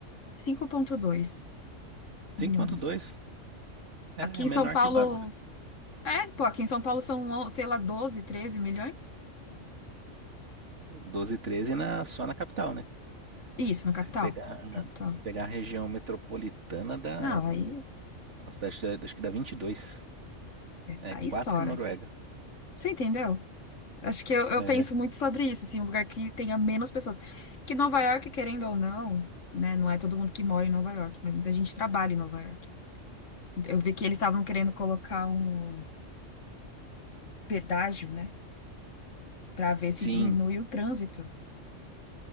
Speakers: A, on the left; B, on the right.
A: 5,2
B: 5.2
A: milhões.
B: é
A: Aqui em
B: menor
A: São Paulo.
B: que Guarulhos.
A: É, pô, aqui em São Paulo são, on- sei lá, 12, 13 milhões?
B: 12, 13 na, só na capital, né?
A: Isso, na
B: Se
A: capital.
B: pegar,
A: Capital.
B: se pegar a região metropolitana, da
A: Não,
B: nossa,
A: aí,
B: dá- acho acho que dá 22. É
A: aí
B: 4
A: estoura.
B: Noruega.
A: Você entendeu? Acho que eu, eu
B: É,
A: penso muito sobre isso, assim, um lugar que tenha menos pessoas. Que Nova York, querendo ou não, né? Não é todo mundo que mora em Nova York, mas muita gente trabalha em Nova York. Eu vi que eles estavam querendo colocar um pedágio, né? Para ver se
B: sim,
A: diminui o trânsito.